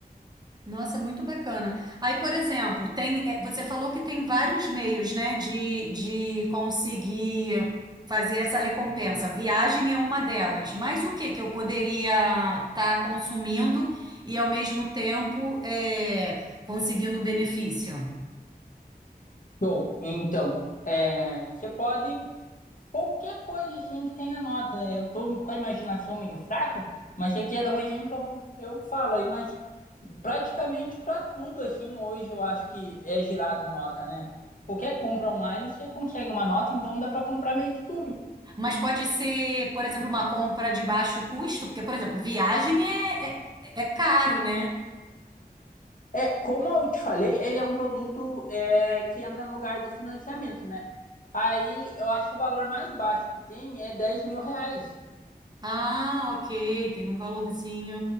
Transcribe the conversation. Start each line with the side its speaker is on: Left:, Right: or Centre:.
Right: Nossa, muito bacana. Aí, por exemplo, tem, é, você falou que tem vários meios, né, de, de conseguir fazer essa recompensa. Viagem é uma delas. Mas o que que eu poderia estar consumindo e ao mesmo tempo é, conseguindo o benefício?
Left: Show. Então, é, você pode. Qualquer coisa assim que tenha nota. Eu tô com a imaginação meio fraca, mas se você quer dar um exemplo, eu, eu falo aí, mas praticamente para tudo assim hoje eu acho que é gerado nota, né? Qualquer compra online você consegue uma nota, então dá para comprar meio que tudo.
Right: Mas pode ser, por exemplo, uma compra de baixo custo, porque, por exemplo, viagem é, é é caro, né?
Left: É, como eu te falei, ele é um produto é, que entra no lugar do financiamento, né? Aí eu acho que o valor mais baixo que tem é dez mil reais
Right: Ah, ok, tem um valorzinho